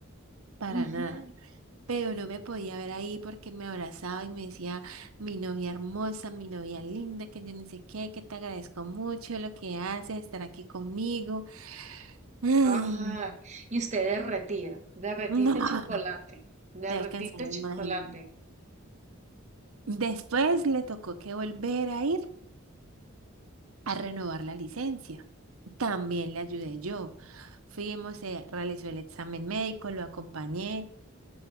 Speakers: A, on the right (about 80°); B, on the right (about 35°).
A: para
B: Ujú.
A: nada. Pero no me podía ver ahí porque me abrazaba y me decía, mi novia hermosa, mi novia linda, que yo no sé qué, que te agradezco mucho lo que haces, estar aquí conmigo. Mm,
B: Ajá.
A: <laughs>
B: Y usted derretida, derretite
A: No,
B: chocolate, derretite
A: te alcanzaba a
B: chocolate.
A: imaginar. Después le tocó que volver a ir a renovar la licencia. También le ayudé yo. Fuimos, se realizó el examen médico, lo acompañé.